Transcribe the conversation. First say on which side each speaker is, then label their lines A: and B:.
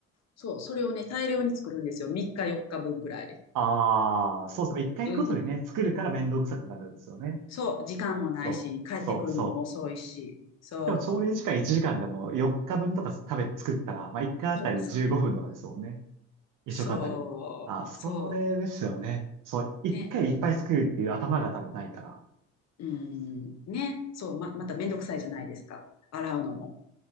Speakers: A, on the left; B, on the right.
A: そう、それをね、大量に作るんですよ。3日4日分ぐらい。
B: ああ、そうですね。一回ごとにね、
A: うん。
B: 作るから面倒くさくなるんですよね。
A: そう、時間もないし、
B: そう、
A: 帰ってくるのも遅いし。
B: そう、そう。
A: そ
B: でも、調理時間1時間でも4日分とか食べ、作ったら、まあ、1回あたり15分とかですもんね。
A: う。うんそう。
B: 一食あたり。
A: そう。
B: あ、それですよね。
A: そ
B: そう、一回でいっぱい作るっていう頭が多分ないから。
A: う。ね。うん。ね。そう、ま、まためんどくさいじゃないですか。洗うのも。